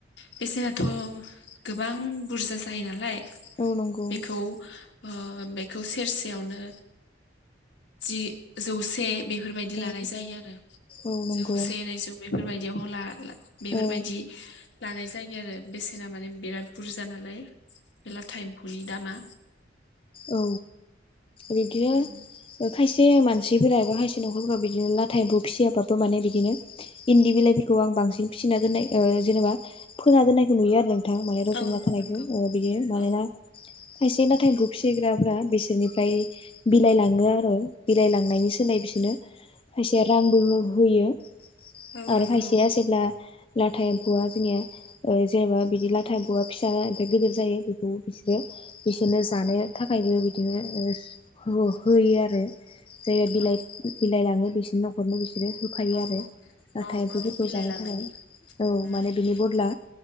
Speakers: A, on the left; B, on the left.
A: बेसेनाथ' गोबां बुरजा जायो नालाय
B: औ नंगौ
A: बेखौ ओ बेखौ सेरसेयावनो जि जौसे बे बेफोरबायदि लानाय
B: औ
A: जायो आरो।
B: औ नंगौ
A: जौसे नैजौ बेफोरबायदियाव ला बेफोरबायदि
B: औ
A: लानाय जायो आरो बेसेना माने बिराद बुरजा नालाय बे लाथा एम्फौनि दामा।
B: औ बिदिनो
A: उम
B: खायसे मानसि बिफोरा एबा खायसे नखरफोरखौ आव एबा बिदिनो लाथा एम्फौ फिसियाबाबो माने बिदिनो इन्दि बिलाइफोरखौ आं बांसिन फिसि ओ जेनेबा फोना दोन्नायखौ नुयो आरो जों। थांबाय रज'ना
A: औ
B: थानायखौ
A: नंगौ
B: अ बियो मानोना
A: औ
B: खायसे नाथाय फिग्राफ्रा। बिसोरनिफ्राय बिलाइ लाङो आरो बिलाइलांनायनि सोलाय बिसोरनो। खायसेया रांबो होयो
A: औ
B: आरो
A: नंगौ
B: खायसेया जेब्ला। लाथा एम्फौआ जोंनिया जेनेबा बिदि लाथा एम्फौआ फिसा ओनफाय गिदिर जायो बेखौ बिसोरो। बेसोरनो जानो थाखायबो बिदिनो ओ हो-होयो आरो जाय बिलाइ
A: औ
B: बिलाइ लाङो। बिसिनो हरनो। बिसोरो होफायो
A: औ
B: आरो नाथाय
A: औ
B: बेम्फोरखौ
A: औ बिलाइ
B: जानो
A: लांनायनि
B: थाखाय औ
A: उम
B: माने बिनि बदला।